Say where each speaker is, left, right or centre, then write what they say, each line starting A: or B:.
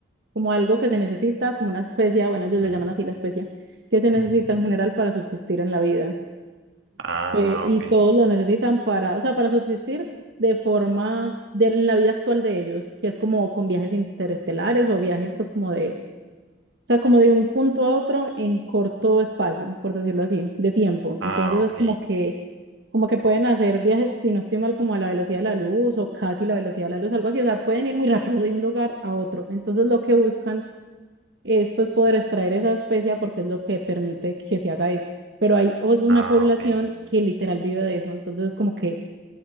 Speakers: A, on the right; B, on the right.
A: como algo que se necesita, como una especia, bueno, ellos
B: ujú,
A: le llaman así la especia, que se necesita
B: ujú.
A: en general para subsistir en la vida.
B: Ah,
A: Eh, y
B: ok.
A: todos lo necesitan para, o sea, para subsistir de forma, de, en la vida actual de ellos, que es como con viajes interestelares o viajes pues como de, o sea, como de un punto a otro en corto espacio, por decirlo así, de tiempo.
B: Ah,
A: Entonces es
B: ok.
A: como que como que pueden hacer viajes, si no estoy mal, como a la velocidad de la luz o casi la velocidad de la luz, algo así, o sea, pueden ir muy rápido de un lugar a otro. Entonces, lo que buscan es pues poder extraer esa especia porque es lo que permite que se haga eso. Pero hay una
B: Ah,
A: población
B: ok.
A: que literal vive de eso, entonces es como que